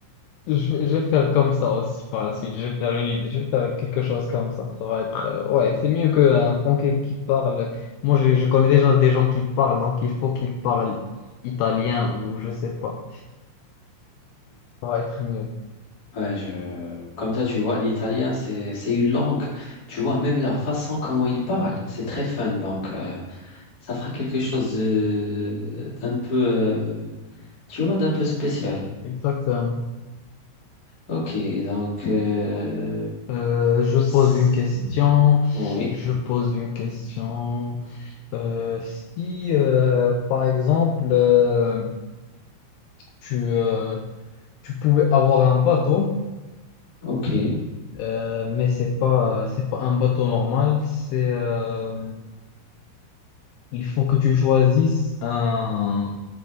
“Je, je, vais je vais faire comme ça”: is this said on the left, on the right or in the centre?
Left